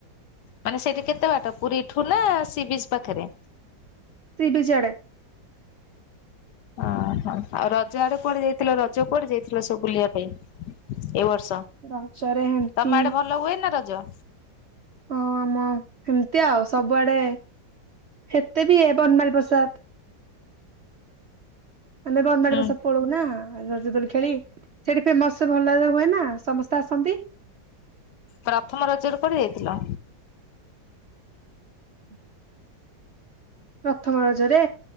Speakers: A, on the left (about 70°); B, on the right (about 55°).
A: ମାନେ ସେଇଠି କେତେ ବାଟ ପୁରୀଠୁ ନା ସି ବିଚ୍ ପାଖରେ
B: ସି ବିିଚ୍ ଆଡେ
A: ଓହୋ ଆଉ ରଜ ଆଡେ କୁଆଡେ ଯାଇଥିଲ ରଜ କୁଆଡେ ଯାଇଥିଲ ସବୁ ବୁଲିବା ପାଇଁ ଏଇ ବର୍ଷ
B: ରଜରେ ହେମତି
A: ତମ ଆଡେ ଭଲ ହୁଏ ନା ରଜ
B: ହଁ ଆମ ଏମିତି ଆଉ ସବୁଆଡେ ସେତେ ବି ବନମାଲି ପ୍ରସାଦ ଆମେ ବନମାଳି
A: ହୁଁ
B: ପ୍ରସାଦ ପଳଉନା ରଜଦୋଳି ଖେଳି ସେଠି ଫେମସ ଭଲରେ ହୁଏ ନା ସମସ୍ତେ ଆସନ୍ତି
A: ପ୍ରଥମ ରଜରେ କୁଆଡେ ଯାଇଥିଲ
B: ହୁଁ ପ୍ରଥମ ରଜରେ